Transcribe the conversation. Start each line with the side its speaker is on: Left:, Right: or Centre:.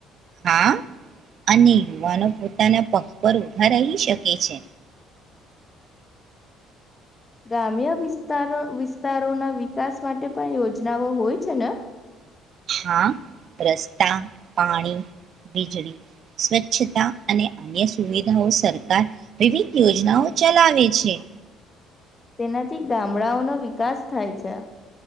Right: હા અને યુવાનો પોતાના પગ પર ઊભા રહી શકે છે.
Left: ગ્રામ્ય વિસ્તારો વિસ્તારોના વિકાસ માટે પણ યોજનાઓ હોય છે ને?
Right: હા રસ્તા, પાણી, વીજળી, સ્વચ્છતા અને અન્ય સુવિધાઓ સરકાર વિવિધ યોજનાઓ ચલાવે છે.
Left: તેનાથી ગામડાઓનો વિકાસ થાય છે.